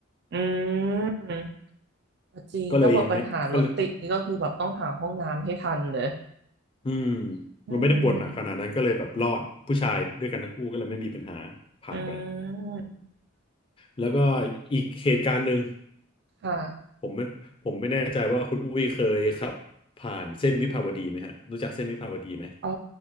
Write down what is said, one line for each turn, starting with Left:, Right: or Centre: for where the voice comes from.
Right: อืมจริง
Left: ก็เลยยังไม่ก็เลย
Right: ถ้าบทปัญหารถติดนี่ก็คือแบบต้องหาห้องน้ำให้ทันเลย
Left: อืม
Right: อืม
Left: มันไม่ได้ปวดหนักขนาดนั้นก็เลยแบบรอดผู้ชายด้วยกันทั้งคู่ก็เลยไม่มีปัญหาผ่านไป
Right: อืม
Left: แล้วก็อีกเหตุการณ์หนึ่ง
Right: ค่ะ
Left: ผมไม่ผมไม่แน่ใจว่าคุณอุ้ยเคยขับผ่านเส้นวิภาวดีไหมฮะรู้จักเส้นวิภาวดีไหม
Right: อ๋อ